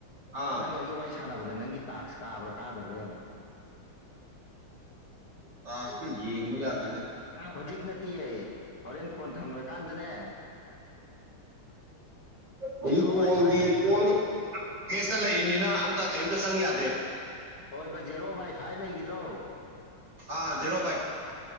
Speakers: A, on the right; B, on the left.
A: ꯑꯥ
B: ꯅꯪꯒ ꯑꯩꯒ ꯋꯥꯔꯤ ꯁꯥꯟꯅꯕꯗ ꯅꯪꯒꯤ ꯇꯥꯛꯁ ꯀꯥꯕ꯭ꯔꯥ ꯀꯥꯗꯕ꯭ꯔꯥ
A: ꯇꯥꯁꯇ ꯌꯦꯡꯕ ꯌꯥꯗꯦ
B: ꯍꯧꯖꯤꯛ ꯅꯠꯇꯤ ꯑꯩ ꯍꯣꯔꯦꯟ ꯐꯣꯟ ꯊꯝꯈ꯭ꯔꯀꯥꯟꯗꯅꯦ
A: ꯍꯧꯖꯤꯛ
B: ꯖꯦꯔꯣ
A: ꯀꯣꯜꯒꯤ
B: ꯕꯥꯏ ꯐꯥꯏꯚ ꯂꯩꯈꯤꯗ꯭ꯔꯣ
A: ꯀꯣꯜ ꯀꯦꯁꯇ ꯂꯩꯔꯤꯕꯅꯤꯅ ꯑꯝꯇ ꯀꯩꯝꯇ ꯆꯪ ꯌꯥꯗꯦꯕ
B: ꯍꯣꯏ ꯕꯥ ꯖꯦꯔꯣ ꯕꯥꯏ ꯐꯥꯏꯚ ꯂꯩꯈꯤꯗ꯭ꯔꯣ
A: ꯑꯦꯔꯣ